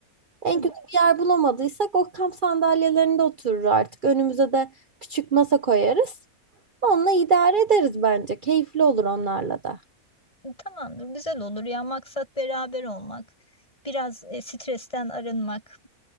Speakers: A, on the right; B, on the left.
A: En
B: Hı hı.
A: kötü bir yer bulamadıysak o kamp sandalyelerinde oturur artık. Önümüze de küçük masa koyarız. Onunla idare ederiz bence. Keyifli olur onlarla da.
B: Tamamdır, güzel olur ya maksat beraber olmak, biraz e, stresten arınmak